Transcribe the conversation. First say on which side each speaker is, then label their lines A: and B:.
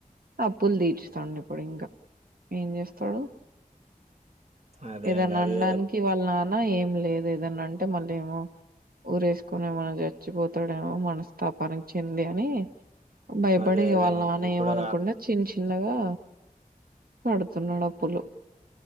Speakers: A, on the right; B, on the right.
A: అప్పులు తీర్చుతాండు ఇప్పుడు ఇంకా ఏం చేస్తాడు
B: అదే
A: ఏదన్నా
B: అండి అదే
A: అనడానికి వాళ్ళ నాన్న ఏం లేదు ఏదన్న అంటే మళ్ళ ఏమో ఊరేసుకొని మన చచ్చిపోతాడు ప్రేమ మనస్తాపానికి చెంది అని భయపడిే
B: అదే అదే
A: వాళ్ళం
B: అండి
A: అని
B: ఇప్పుడు
A: ఏమనకుండా చి చిన్నగా కడుతున్నాడు అప్పులు